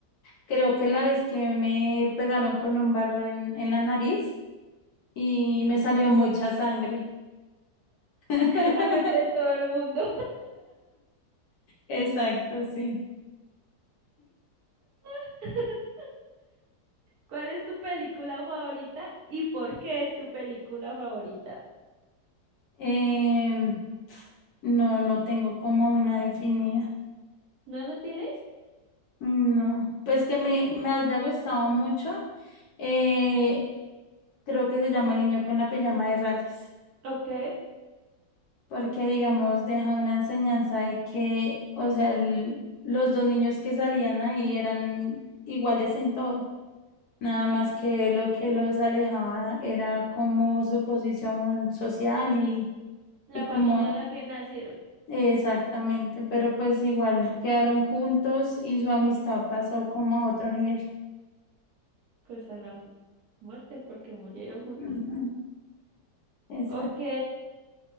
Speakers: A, on the left; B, on the right.
A: Creo que la vez que me pegaron con un valor en, en la nariz y me salió mucha sangre. <laughs>
B: <laughs> Al frente de todo el mundo.
A: Exacto, sí.
B: <laughs> ¿Cuál es tu película favorita y por qué es tu película favorita?
A: Em, no, no tengo como una definida.
B: ¿No, no tienes?
A: No. Pues que me,
B: Y,
A: me haya gustado mucho. eh, creo que se llama El niño con la pijama de rayas.
B: ok,
A: Porque, digamos, deja una enseñanza de que, o sea, el- los dos niños que salían ahí eran iguales en todo, nada más que lo que los alejaba era como su posición social y,
B: la
A: y como
B: familia en la que nacieron,
A: exactamente, pero pues igual quedaron juntos y su amistad pasó como a otro nivel.
B: pues a la mu- muerte porque murieron juntos.
A: Ujú, exacto.
B: Ok,